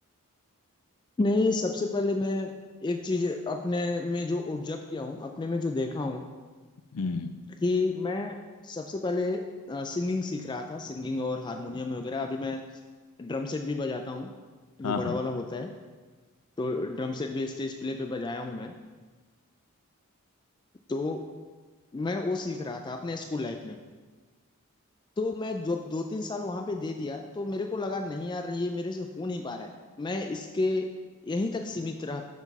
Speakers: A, on the left; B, on the left.
A: नहीं सबसे पहले मैं एक चीज अपने में जो ऑब्जर्व किया हूँ अपने में जो देखा हूँ
B: हम्म
A: कि मैं सबसे पहले सिंगिंग सीख रहा था सिंगिंग और हारमोनियम वगैरह अभी मैं ड्रम सेट भी बजाता हूँ
B: हाँ
A: जो बड़ा
B: हाँ
A: वाला होता है तो ड्रम सेट भी स्टेज प्ले पे बजाया हूँ मैं तो मैं वो सीख रहा था अपने स्कूल लाइफ में तो मैं जब दो तीन साल वहां पे दे दिया तो मेरे को लगा नहीं यार ये मेरे से हो नहीं पा रहा है मैं इसके यहीं तक सीमित रह